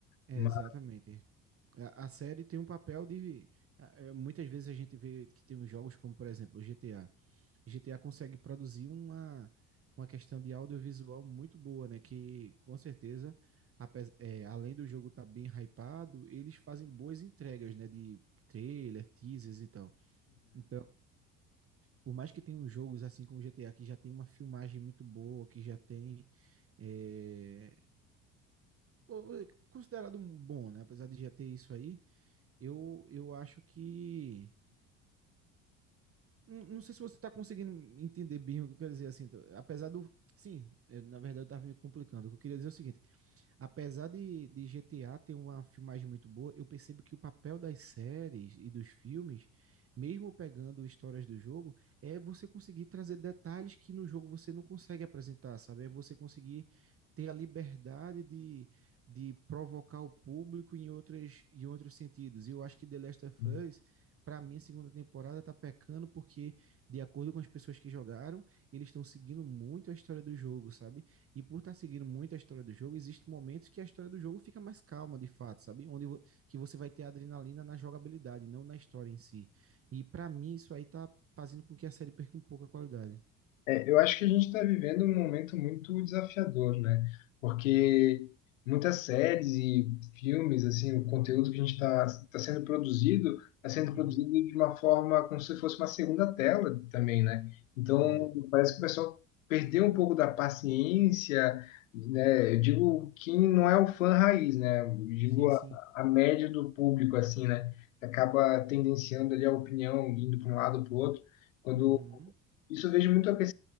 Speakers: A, on the right; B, on the left.
A: é,
B: mais...
A: exatamente. A, a série tem um papel de. a- é, muitas vezes a gente vê que tem uns jogos como, por exemplo, o GTA. GTA consegue produzir uma, uma questão de audiovisual muito boa, né? Que com certeza, apes- é, além do jogo estar bem hypado, eles fazem boas entregas, né? De trailer, teasers e tal. Então, por mais que tenham jogos assim como GTA, que já tem uma filmagem muito boa, que já tem. é, o- o- considerado um bom, né? Apesar de já ter isso aí, eu, eu acho que Não não sei se você está conseguindo entender bem o que eu quero dizer assim. tá? Apesar do. Sim, eu, na verdade eu estava me complicando. O que eu queria dizer é o seguinte: apesar de, de GTA ter uma filmagem muito boa, eu percebo que o papel das séries e dos filmes, mesmo pegando histórias do jogo, é você conseguir trazer detalhes que no jogo você não consegue apresentar, sabe? É você conseguir ter a liberdade de, de provocar o público em outras, em outros sentidos. E eu acho que The Last of
B: Uhum.
A: Us. Para mim, a segunda temporada tá pecando porque, de acordo com as pessoas que jogaram, eles estão seguindo muito a história do jogo, sabe? E por estar seguindo muito a história do jogo, existem momentos que a história do jogo fica mais calma, de fato, sabe? Onde vo- que você vai ter adrenalina na jogabilidade, não na história em si. E pra mim isso aí tá fazendo com que a série perca um pouco a qualidade.
B: É, eu acho que a gente está vivendo um momento muito desafiador, né? Porque muitas séries e filmes, assim, o conteúdo que a gente está tá tá sendo produzido, está sendo
A: Uhum.
B: produzido de uma forma como se fosse uma segunda tela também, né? Então,
A: É.
B: parece que o pessoal perdeu um pouco da paciência, né? Eu digo quem não é o fã raiz, né? Eu digo
A: Sim, sim.
B: a, a média do público, assim, né? Acaba tendenciando ali a opinião, indo para um lado para o outro quando
A: Uhum.
B: isso eu vejo muito a que-